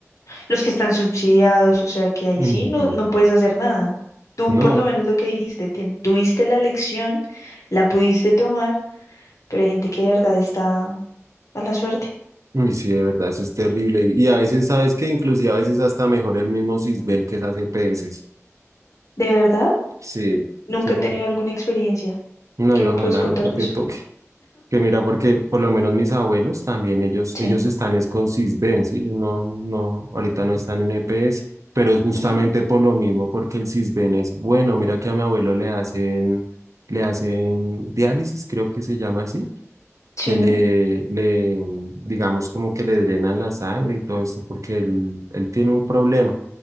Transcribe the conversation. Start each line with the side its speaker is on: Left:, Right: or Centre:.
Left: los que están subsidiados, o sea que ahí
Right: Ujú.
Left: sí no, no puedes hacer nada. Tú
Right: No,
Left: por lo menos lo que dijiste, tien- tuviste la lección, la pudiste tomar, pero hay gente que de verdad está a la suerte.
Right: uy, sí, de verdad, eso es terrible. Y a veces, ¿sabes que Inclusive a veces hasta mejor el mismo Sisbén que esas E P EPS.
Left: ¿De verdad?
Right: Sí,
Left: Nunca
Right: sí, porque-
Left: he tenido alguna experiencia.
Right: no,
Left: ¿Qué
Right: y
Left: me
Right: ojalá
Left: puedes contar
Right: nunca te
Left: de eso?
Right: toque. Que mira, porque por lo menos mis abuelos también, ellos,
Left: Sí.
Right: ellos están es con Sisbén, ¿sí? Ellos no, no, ahorita no están en EPS, pero es justamente
Left: ujú,
Right: por lo mismo, porque el Sisbén es bueno. Mira que a mi abuelo le hacen, le hacen diálisis, creo que se llama así,
Left: Sí.
Right: que le, le, digamos como que le drenan la sangre y todo esto, porque él, él tiene un problema.